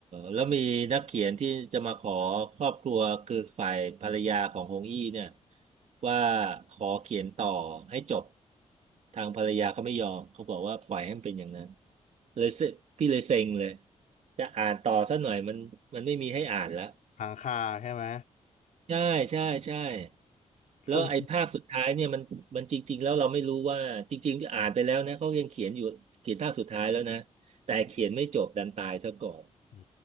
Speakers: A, on the right; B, on the left.
A: แล้วมีนักเขียนที่จะมาขอครอบครัวคือฝ่ายภรรยาของฮงอี้เนี่ยว่าขอเขียนต่อให้จบทางภรรยาเขาไม่ยอมเขาบอกว่าปล่อยให้มันเป็นอย่างนั้นเลยเสพี่เลยเซ็งเลยจะอ่านต่อสักหน่อยมันมันไม่มีให้อ่านแล้ว
B: หางคาใช่ไหม
A: ใช่ใช่ใช่แล้วไอ้ภาคสุดท้ายเนี่ยมันมันจริงๆแล้วเราไม่รู้ว่าจริงๆอ่านไปแล้วนะเขายังเขียนอยู่เขียนภาคสุดท้ายแล้วนะ
B: ส่วน
A: แต่เขียนไม่จบดันตายซะก่อน
B: อื